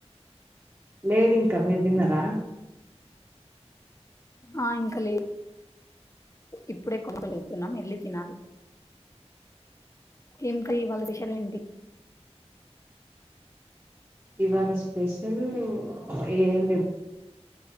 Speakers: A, on the right; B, on the left.
A: లేదు ఇంకా మీరు తిన్నారా
B: ఆ ఇంకా లేదు ఇప్పుడే కొరతగలుతున్నాం ఎళ్ళి తినాలి ఏం కర్రీ ఇవాళ స్పెషల్ ఏంటి
A: ఇవాళ స్పెషల్ ఏం లేవు